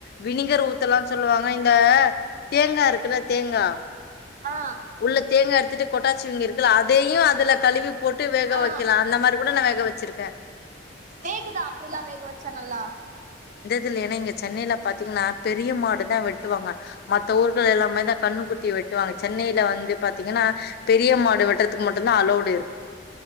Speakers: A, on the left; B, on the right.
A: வினிகர் ஊத்தலான் சொல்லுவாங்க. இந்த தேங்கா இருக்குல்ல தேங்கா
B: ஆ
A: உள்ளத்தே த்துட்டு கொட்டாச்சிவங்க இருக்குல அதையும் அதுல கழுவி போட்டு வேக
B: ஆ
A: வைக்கலா அந்த மாதிரி கூட வேக வச்சிருக்கே
B: வேகுதா அப்டில்லா வேக வச்சா நல்லா
A: துல இங்க சென்னையில பாத்தீங்கன்னா பெரிய மாடு தான் வெட்டுவாங்க மத்த ஊர்கள் எல்லாமே தான் கண்ணுக்குட்டி வெட்டுவாங்க சென்னையில வந்து பா பத்திங்கன்னா பெரிய மாடு வட்டறத்துக்கு மட்டும்தான் அலோட